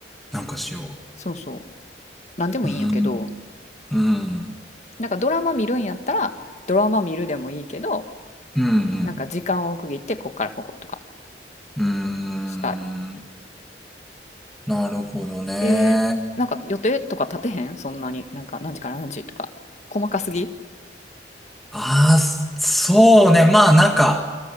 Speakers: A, in the centre; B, on the left.
A: なんかしよ
B: そうそう。なんでもいいんやけど、
A: う。うん。うん。
B: なんかドラマ見るんやったら、ドラマ見るでもいいけど、
A: うん。
B: なんか時間を区切って、こっからこことか
A: うん。
B: したい。
A: なるほどね。
B: えー、なんか予定とか立てへんそんなに。なんか何時から何時とか。細かすぎ
A: ああ、そうね。まあ、なんか、